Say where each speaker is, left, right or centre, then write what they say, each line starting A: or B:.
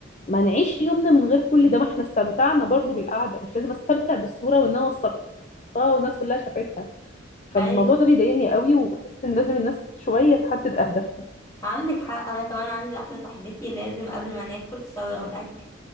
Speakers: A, on the left; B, on the left.
A: ما نعيش يومنا من غير كل ده ما احنا استمتعنا برضو بالقعده مش لازم استمتع بالصوره وان انا وثقتها والناس كلها شافتها فالموضوع
B: ايوه
A: ده بيضايقني قوي وبحس ان لازم الناس شويه تحدد اهدافها
B: عندك حق انا كمان عندي واحده صاحبتي لازم قبل ما ناكل تصوغ الاكل